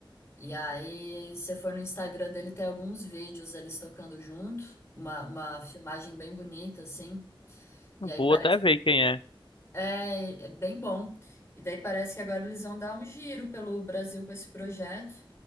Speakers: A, on the left (about 30°); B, on the left (about 70°).
A: E aí, se você for no Instagram dele, tem alguns vídeos eles tocando junto. Uma, uma filmagem bem bonita, assim. E aí
B: vou
A: parece.
B: até ver quem é.
A: É, é bem bom. E daí parece que agora eles vão dar um giro pelo Brasil com esse projeto.